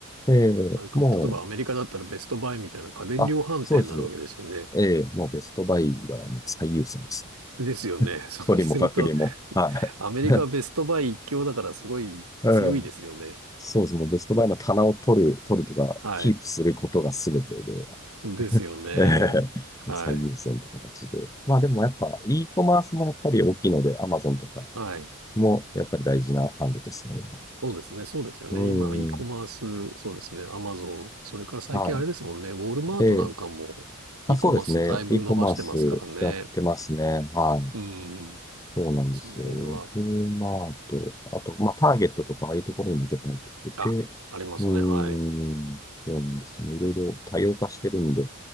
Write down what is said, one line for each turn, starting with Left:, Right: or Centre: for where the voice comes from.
Left: い。えーもう、
Right: なんか、例えばアメリカだったらベストバイみたいな家電量販店になるわけですよね。
Left: あ、そうです。ええ、もうベストバイがあの最優先ですね。
Right: ですよね。<laughs> そうすると、
Left: 取りも隔離も。は
Right: アメリカはベストバイ一強だからすごい強いですよね。
Left: い。<laughs> うん、そうですね。ベストバイの棚を取る、取るというか、
Right: はい。
Left: キープすることが全てで、
Right: ですよね。
Left: ええ、<laughs>
Right: はい。
Left: 最優先という形で。まあでもやっぱ、e コマースもやっぱり大きいので、Amazon とか
Right: はい。
Left: もやっぱり大事な販路ですね、今。
Right: そうですね。そうですよね。
Left: うん。
Right: 今、e コマース、そうですね。アマゾン。それから最近あれですもんね。
Left: は
Right: ウォールマートなんかも
Left: い。ええ。あ、
Right: e
Left: そうですね。
Right: コマースだいぶ伸ばしてますからね。
Left: e コマースやってますね。はい。
Right: うん。
Left: そうなんですよね。
Right: その辺は、
Left: フリーマート、あと、まあ、ターゲットとか、ああいうところにも結構入ってきてて、
Right: あ、ありますね。
Left: うーん、
Right: はい。
Left: そうなんですよね。いろいろ多様化してるんで、